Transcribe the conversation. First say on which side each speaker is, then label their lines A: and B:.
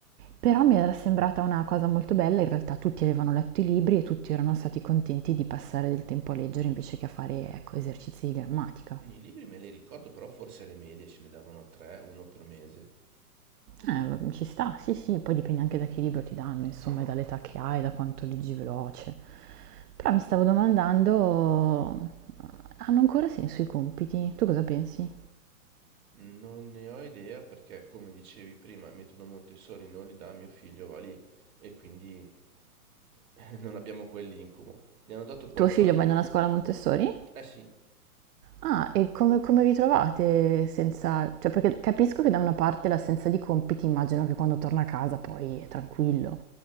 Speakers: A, on the right; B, on the right.
A: però mi era sembrata una cosa molto bella, in realtà tutti avevano letto i libri e tutti erano stati contenti di passare del tempo a leggere invece che a fare, ecco, esercizi di grammatica.
B: I libri me li ricordo, però forse alle medie ce ne davano tre, uno per mese.
A: Eh, ci sta, sì, sì, poi dipende anche da che libro ti danno, insomma, e dall'età che hai, da quanto leggi veloce. Però mi stavo domandando, hanno ancora senso i compiti? Tu cosa pensi?
B: Non ne ho idea perché, come dicevi prima, il metodo Montessori non li dà, mio figlio va lì e quindi <laughs> non abbiamo quell'incubo. Gli hanno dato qualcosa?
A: Tuo figlio va in una scuola Montessori?
B: Eh sì,
A: Ah, e come, come vi trovate senza... Cioè, perché capisco che da una parte l'assenza di compiti, immagino che quando torna a casa poi è tranquillo,